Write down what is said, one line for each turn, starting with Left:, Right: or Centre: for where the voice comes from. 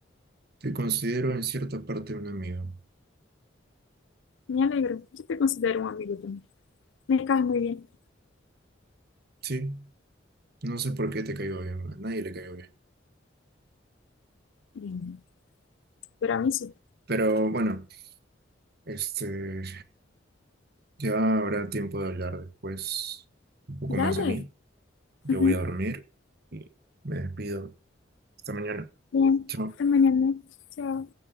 Right: Te considero en cierta parte un amigo.
Left: bien, me alegro. Yo te considero un amigo también. Me caes muy bien.
Right: Sí, no sé por qué te caigo bien, a nadie le caigo bien.
Left: Bien, pero a mí sí.
Right: Pero bueno, este, ya habrá tiempo de hablar después un poco más
Left: Dale.
Right: de mí. Yo
Left: Ujú,
Right: voy a dormir y me despido. Hasta mañana.
Left: Bien,
Right: Chao.
Left: hasta mañana. Chao.